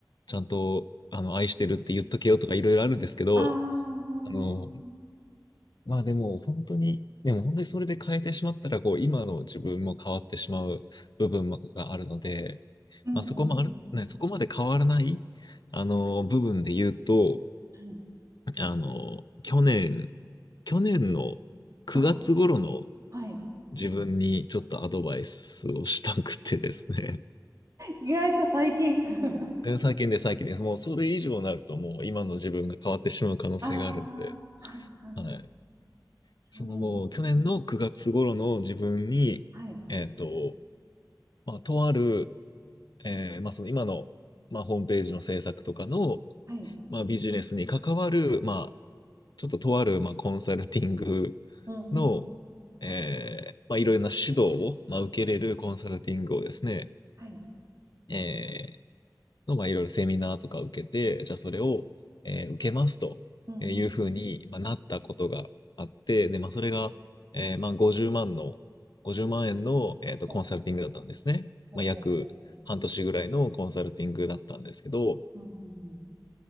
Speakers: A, on the left (about 75°); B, on the right (about 45°).
A: ちゃんと、あの、愛してるって言っとけよとかいろいろあるんですけど、
B: あー
A: あの、
B: うん
A: まあでも本当に、でも本当にそれで変えてしまったら、こう、今の自分も変わってしまう部分があるので、
B: うんうん
A: まあそこもある、ね、そこまで変わらない、あの、部分で言うと、
B: うん
A: あの、去年、去年の9月頃の
B: あはい
A: 自分にちょっとアドバイスをしたくてですね。
B: 意外と最近 <laughs>
A: <laughs> で最近で最近です。もうそれ以上になるともう今の自分が変わってしまう可能性があるので、
B: ああはいはい
A: はい。
B: 去年
A: そのもう去年の9月頃の自分に、
B: はい
A: えっと、まあ、とある、えーまあその今の、まあ、ホームページの制作とかの、
B: はい。
A: まあ、ビジネスに関わる、まあ、ちょっととある、まあ、コンサルティング
B: うんうん。
A: の、えーまあ、いろいろな指導を、まあ、受けれるコンサルティングをですね、
B: はい。
A: えの、まあ、いろいろセミナーとか受けて、じゃあそれを、えー受けますというふうに、
B: うんうん。
A: まあ、なったことがあって、で、まあ、それが、
B: はい
A: えーまあ、50万の、50万円の、えーと、
B: ほ
A: コンサルティングだったんですね。
B: うほうほうほうほう。
A: まあ、約半年ぐらいのコンサルティングだったんですけど、
B: うんうんうん。